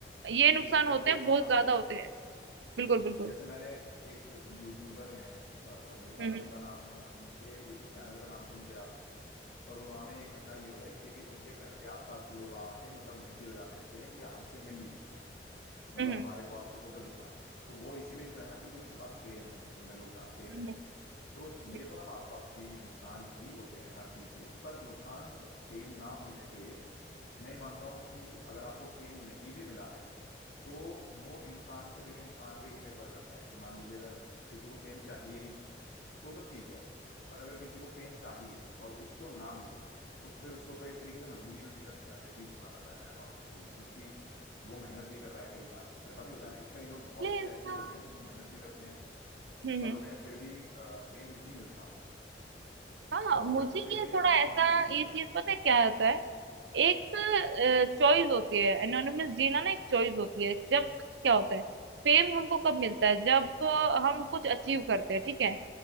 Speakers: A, on the right; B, on the left.
A: ये नुकसान
B: ये इस तरीके
A: होते हैं
B: के नुकसान
A: बहुत ज्यादा
B: तो होते
A: होते
B: हैं
A: हैं बिल्कुल बिल्कुल
B: जैसे मैंने एक यूट्यूबर हैं अ, मेरे ख्याल
A: हम्म
B: से उनका नाम उनके यूट्यूब चैनल का नाम तो मुझे याद नहीं है पर उन्होंने एक घटना ये बताई थी कि उनके घर के आसपास लोग आके मतलब घंटी बजाते रहते हैं कि हमसे मिल लीजिए मतलब
A: हम्म हम्म
B: हमारे को आपसे फोटो खिंचवानी है तो वो इसीलिए तो है ना क्योंकि उनके पास फेम है उन्हें लोग जानते
A: हम्म,
B: हैं
A: हम्म।
B: तो ये
A: हम्म।
B: तो मैं मानता हूँ कि नुकसान भी होते हैं हर चीज के पर नुकसान फेम ना होने पे मैं ये मानता हूँ कि अगर आपको फेम नहीं भी मिला है तो वो इंसान से लेकर इंसान पे ही निर्भर करता है कि मान लीजिए अगर किसी को फेम चाहिए ही नहीं तो तो ठीक है पर अगर किसी को फेम चाहिए और उसको ना मिले तो फिर उसको तो एक तरीके से मजबूरी में जीवन अ, व्यतीत करना पड़ रहा है ना एनोनिमसली मतलब कि वो मेहनत भी कर रहा है कई बार ऐसा भी होता है ना कि कई लोग बहुत
A: इसलिए
B: से
A: ऐसा
B: ऐसे लोग हैं जो मेहनत भी करते हैं
A: हम्म
B: पर
A: हम्म
B: उन्हें फिर भी फेम नहीं मिलता
A: हाँ मुझे
B: बट वो
A: ये
B: फिर भी
A: थोड़ा
B: एनोनिमसली
A: ऐसा
B: ही जीते
A: ये चीज
B: हैं
A: पता है क्या होता है एक चॉइस होती है एनोनिमस जीना ना एक चॉइस होती है जब क्या होता है फेम हमको कब मिलता है जब अ, हम कुछ अचीव करते हैं ठीक है